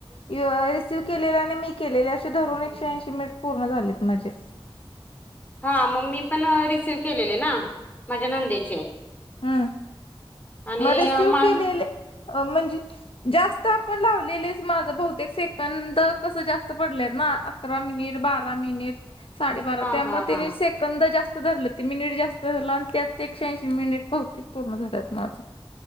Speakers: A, on the left; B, on the left.
A: य रिसिव्ह केलेल आणि मी केलेले असे धरून एकशे ऐंशी मिनिट पूर्ण झालेत माझे.
B: हा मंग मी पण रिसीव केलेले ना माझ्या नंदेचे
A: हम्
B: आणि
A: म रेसीव
B: मा
A: केलेले म्हणजे जास्त आपण लावलेलेच माझ बहुतेक से कंद कसं जास्त पडलेत ना अकरा मिनिट बारा मिनिट साडेबारा
B: हा
A: त्यामुळ
B: हा
A: त्यानी
B: हा.
A: सेंकं कंद जास्त धरलं ते मिनिट जास्त धरलं आणि त्यात ते एकशे ऐंशी मिनिट बहुतेक पूर्ण झाल्यात माझं.